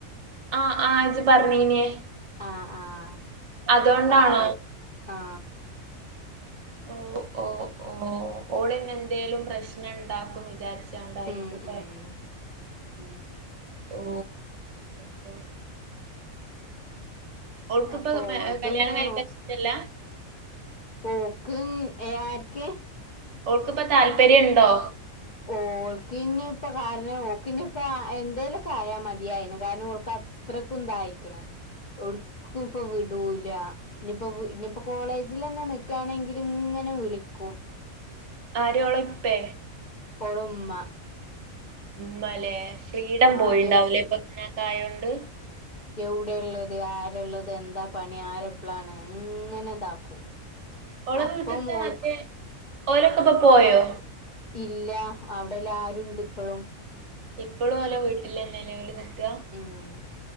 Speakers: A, on the right; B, on the left.
A: ആഹ് ആഹ് ഇജ്ജ് പറഞ്ഞീനേ
B: ആഹ ആഹ
A: അതോണ്ടാണോ
B: അപ്പ ആഹ് ആ
A: ഓ ഓ ഓ ഓൾന്നെന്തേലും പ്രശ്ന ഉണ്ടാക്കും വിചാരിച്ച ണ്ടായിരിക്കൂല്ലേ
B: ഉം ഉം ഉം
A: ഓ സോ ഓൾക്ക
B: അപ്പൊ
A: ഇപ്പ
B: ഓൾതും
A: കല്യാണം
B: ഇങ്ങനെ
A: കഴിക്കാൻ ഇഷ്ട്ടല്ല
B: പോക്ക് എ ആർക്കെ
A: ഓൾക്കിപ്പോ താല്പര്യം ഉണ്ടോ
B: ഓക് ന്നി പ്പ കാരണം ഒക്കിന്നിപ്പ എന്ധെനെക്കെ ആയാൽ മതിയായിരുന്നു കാരണം ഓൾക് അത്ര അത്രക്കെന്തായിക്കണേ ഒടുക്കും ഇപ്പൊ വിടൂല ഇനിപ്പോ ഇനിയിപ്പോ കോളേജിൽന്നെ നിക്കുകയാണെങ്കിൽ ഇങ്ങനെ വിളിക്കും
A: ആരോള ഇപ്പേ
B: ഓളുമ്മ
A: ഉമ്മലെ ഫ്രീഡം
B: ആഹ്
A: പോയിണ്ടാവലേ ഇപ്പൊങ്ങനക്കെ ആയോണ്ട്
B: എവിടെ ഉള്ളത് ആരള്ളത് എന്താ പണി ആരെപ്പോളാണ് അങ്ങനെ ഇതാക്കും
A: ഓള
B: അപ്പം
A: വീട്ടിത്തെ
B: മോൾക്ക്
A: മറ്റേ ഓലൊക്കെ ഇപ്പൊ പോയോ
B: ഇല്ല അവിടെല്ല ആരുണ്ട് ഇപ്പോഴും
A: ഇപ്പളും ഓലെ വിട്ടല്ലന്നെലെ ഓല് നിക്ക
B: ഉം